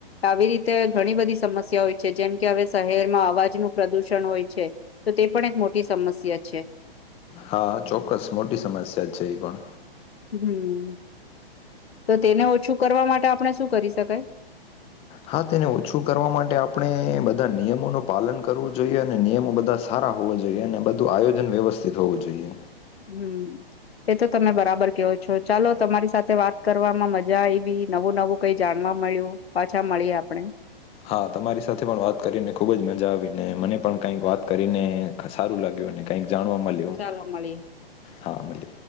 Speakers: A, on the left; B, on the left.
A: આવી રીતે ઘણી બધી સમસ્યા હોય છે જેમ કે હવે શહેરમાં અવાજ નું પ્રદુષણ હોય છે તો તે પણ એક મોટી સમસ્યા છે.
B: હા ચોક્કસ મોટી સમસ્યા જ છે એ પણ
A: હમ તો તેને ઓછું કરવા માટે આપણે શું કરી શકાય
B: હા તેને ઓછું કરવા માટે આપણે બધા નિયમોનું પાલન કરવું જોઈએ અને નિયમો બધા સારા હોવા જોઈએ અને બધું આયોજન વ્યવસ્થિત હોવું જોઈએ
A: હમ્મ.. એ તો તમે બરાબર કેવો છો ચાલો તમારી સાથે વાત કરવામાં મજા આવી નવું નવું કઈ જાણવા મળ્યું પાછા મળી આપણે
B: હા તમારી સાથે પણ વાત કરીને ખૂબ જ મજા આવીને મને પણ કંઈક વાત કરીને સારુ લાગ્યું અને કાઈક જાણવા મળ્યું
A: ચાલો મળીએ
B: હા મળલ